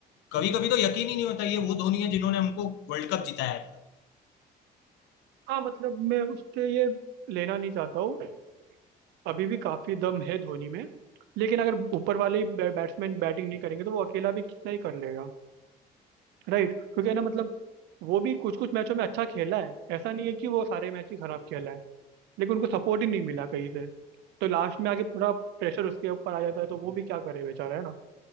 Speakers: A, on the left (about 85°); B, on the right (about 85°).
A: कभी कभी तो यकीन ही नहीं होता ये वो धोनी है जिन्होंने हमको वर्ल्ड कप जिताया था
B: हाँ मतलब मैं उससे ये लेना नहीं चाहता हूँ अभी भी काफी दम है धोनी में लेकिन अगर ऊपर वाले ही बै- बैट्समैन बैटिंग नहीं करेंगे तो वो अकेला भी कितना ही कर लेगा राइट क्योंकि है ना मतलब वो भी कुछ कुछ मैचों में अच्छा खेला है ऐसा नहीं है कि वो सारे मैच ही खराब खेला है लेकिन उनको सपोर्ट ही नहीं मिला कहीं से तो लास्ट में आके पूरा प्रेशर उसके ऊपर आ जाता है तो वो भी क्या करे बेचारा है ना